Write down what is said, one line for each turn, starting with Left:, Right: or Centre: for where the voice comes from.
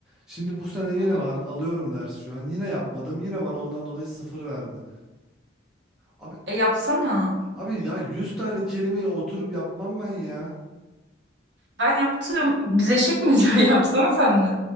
Centre: Şimdi bu sene yine
Right: Hı hı.
Centre: var. Alıyorum ders şu an. Yine yapmadım. Yine bana ondan dolayı sıfır verdi. Abi
Right: E yapsana.
Centre: abi ya 100 tane kelimeyi oturup yapmam ben ya.
Right: Ben yaptım. Biz eşek miyiz ya? <laughs> Yapsana sen de.